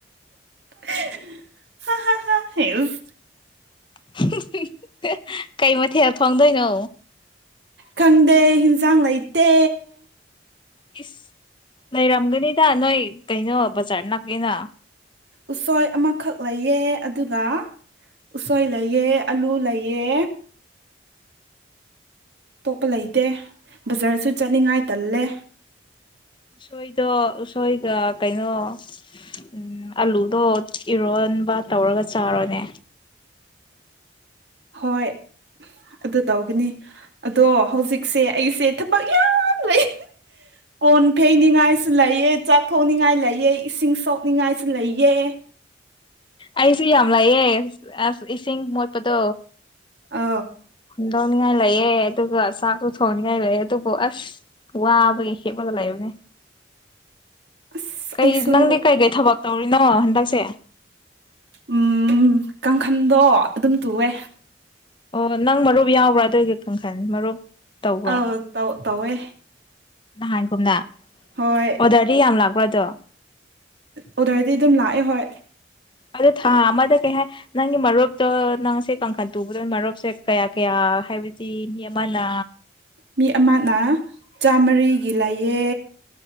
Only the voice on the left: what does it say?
<unintelligible> ꯀꯩ ꯃꯊꯦꯜ ꯊꯣꯡꯗꯣꯏꯅꯣ?
ꯏꯁ ꯂꯩꯔꯝꯒꯅꯤꯗ ꯅꯣꯏ ꯀꯩꯅꯣ ꯕꯖꯥꯔ ꯂꯥꯛꯑꯦꯅ꯫
ꯎꯁꯣꯏꯗꯣ ꯎꯁꯣꯏꯒ ꯀꯩꯅꯣ <unintelligible> ꯑꯂꯨꯗꯣ ꯏꯔꯣꯟꯕ ꯇꯧꯔꯒ ꯆꯥꯔꯣꯅꯦ꯫
ꯑꯩꯁꯨ ꯌꯥꯝ ꯂꯩꯌꯦ ꯑꯁ ꯏꯁꯤꯡ ꯃꯣꯠꯄꯗꯣ
ꯂꯧꯅꯤ ꯉꯥꯏ ꯂꯩꯌꯦ ꯑꯗꯨꯒ ꯆꯥꯛꯁꯨ ꯊꯣꯡꯅꯤꯡꯉꯥꯏ ꯂꯩꯌꯦ ꯑꯗꯨꯕꯨ ꯑꯁ ꯋꯥꯕꯒꯤ ꯍꯤꯄꯂꯒ ꯂꯩꯕꯅꯦ꯫
ꯀꯩ
ꯅꯪꯗꯤ ꯀꯩꯀꯩ ꯊꯕꯛ ꯇꯧꯔꯤꯅꯣ ꯍꯟꯗꯛꯁꯦ?
ꯑꯣ ꯅꯪ ꯃꯔꯨꯞ ꯌꯥꯎꯕ꯭ꯔꯥ ꯑꯗꯨꯒꯤ ꯀꯥꯡꯈꯟ ꯃꯔꯨꯞ ꯇꯧꯕ꯭ꯔꯥ
ꯅꯍꯥꯟꯀꯨꯝꯅ
ꯑꯣꯗꯔꯗꯤ ꯌꯥꯝ ꯂꯥꯛꯄ꯭ꯔꯥ ꯗꯣ?
ꯑꯗꯨ ꯊꯥ ꯑꯃꯗ ꯀꯩ ꯍꯥꯏ ꯅꯪꯒꯤ ꯃꯔꯨꯞꯇꯣ ꯅꯪꯁꯦ ꯀꯥꯡꯈꯟ ꯇꯨꯕꯗ ꯃꯔꯨꯞꯁꯦ ꯀꯌꯥ ꯀꯌꯥ ꯍꯥꯏꯕꯗꯤ ꯃꯤ ꯑꯝ ꯃꯅꯥ